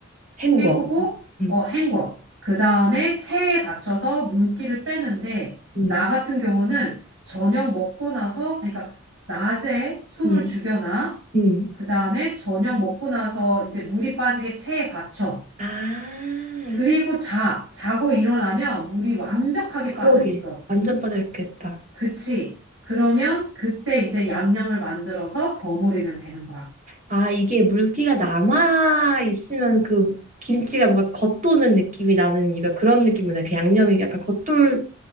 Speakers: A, on the right (about 40°); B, on the right (about 75°).
A: 헹궈.
B: 헹구고,
A: 음,
B: 어, 헹궈. 그 다음에 체에 받쳐서 물기를 빼는데,
A: 음,
B: 나 같은 경우는 저녁 먹고 나서, 그러니까 낮에 숨을
A: 음,
B: 죽여놔.
A: 음.
B: 그 다음에 저녁 먹고 나서 이제 물이 빠지게 체에 받쳐.
A: 아,
B: 그리고 자. 자고 일어나면 물이 완벽하게
A: 그러게.
B: 빠져 있어.
A: 완전 빠져 있겠다.
B: 그치? 그러면 그때 이제 양념을 만들어서 버무리면 되는 거야.
A: 아, 이게 물기가 남아 있으면 그 김치가 뭔가 겉도는 느낌이 나는 이유가 그런 느낌이구나. 그 양념이 약간 겉돌